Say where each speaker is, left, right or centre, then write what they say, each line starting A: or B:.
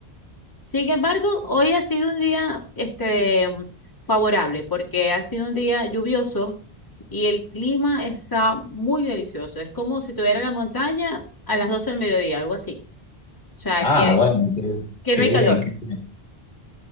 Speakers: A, on the left; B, on the left.
A: Sin embargo, hoy ha sido un día, este, mm, favorable, porque ha sido un día lluvioso y el clima está muy delicioso. Es como si tuviera la montaña a las 12 del mediodía, algo así. O sea,
B: Ah,
A: que,
B: bueno, qué,
A: que
B: qué
A: no hay
B: bien,
A: calor.
B: qué bien.